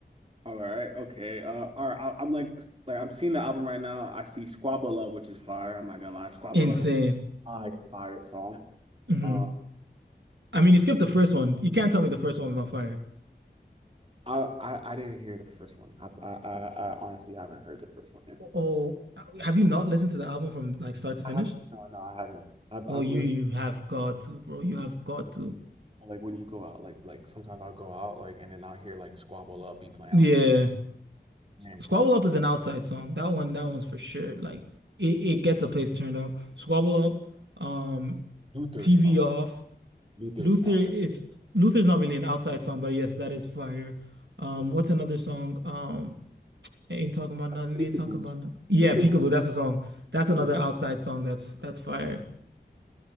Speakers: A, on the right (about 30°); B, on the right (about 75°).
A: All right. Okay. Uh, all right. I, I'm like, like I'm seeing the album right now. I see Squabble Up, which is fire. I'm not gonna lie. Squabble
B: Insane.
A: Up is fire, fire song.
B: hmm
A: Uh,
B: I mean, you skipped the first one. You can't tell me the first one's not fire.
A: I, I I didn't hear the first one. I I I, I honestly haven't heard the first one yet.
B: Oh, have you not listened to the album from like start to finish?
A: I have, no, no, I haven't. I've
B: Oh,
A: I've
B: you
A: lis-
B: you have got to, bro. You have got to.
A: Like when you go out, like like sometimes I'll go out, like and then I'll hear like Squabble Up be playing.
B: Yeah.
A: I was like, this man,
B: Squabble Up is an outside song. That one, that one's for sure. Like it, it gets the place turned up. Squabble Up, um,
A: Luther
B: TV
A: is fire.
B: off.
A: Luther
B: Luther
A: is fire.
B: is Luther's not really an outside song, but yes, that is fire. Um,
A: Different
B: what's another song? Um, ain't talking about nothing,
A: like peekaboo's
B: ain't talking about nothing. Yeah,
A: peekaboo
B: Peekaboo, that's a song. That's
A: peekaboo.
B: another outside song that's that's fire.